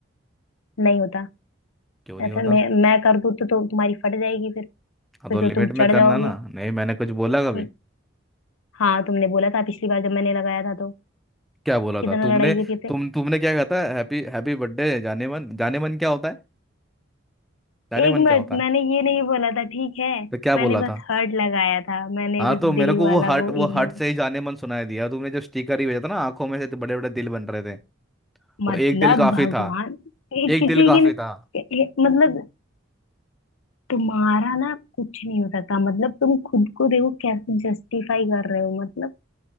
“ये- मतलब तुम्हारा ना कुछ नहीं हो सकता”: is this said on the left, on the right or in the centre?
Left